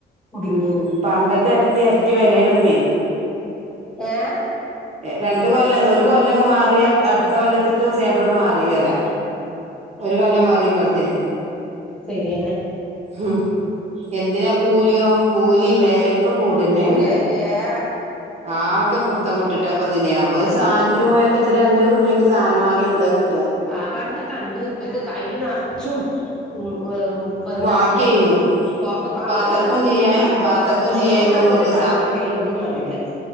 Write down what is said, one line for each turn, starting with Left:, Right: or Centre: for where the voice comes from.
Centre: കുടുങ്ങീന്
Right: പണ്ടത്തെ എരട്ടി എരട്ടി വെലേണിപ്പേ
Centre: ഏഹ്
Right: രണ്ട് കൊല്ലം ഒരു കൊല്ലംങ് മാറിയാ അടുത്ത കൊല്ലത്തക്ക് സാമ്പിള് മാറി വെല ഒരു കൊല്ലം മറിയുമ്പോഴത്തിന്
Centre: ശരിയെന്നെ
Right: ഉം എന്തിനാ കൂലിയോ കൂലി മേലെ ഒക്കെ കൂടെന്നെണ്
Centre: കൂലി അയില് ഏറെ
Right: ആമ് ക്ക പുടുത്തം വിട്ട്ട്ട പ്പൊ ദുനിയാവ് ഒര്സാനത്തിന് പോയൊക്കെച്ച് അഞ്ഞൂറ് ഉറുപ്പ്യക്ക് സാധനം വാങ്ങിയ എന്താ കിട്ടുക
Centre: ആ പണ്ടൊക്കെ അഞ്ഞൂറുപൈക്ക് കൈ നിറച്ചും ഉം എ ബനാനെ
Right: വാക്കിയേന്നു
Centre: ക്കെ പള്ളംന്നറയിന്ന്
Right: പാത്തക്കും ചെയ്യാ
Centre: ഇപ്പൊ കാള്
Right: പാത്തക്കും
Centre: തൊള്ള
Right: ചെയ്യായിരുന്നു
Centre: ന്നറയില
Right: നമ്മുക്ക്
Centre: പള്ളം ന്നറയില ഒന്നും നറയൂല്ല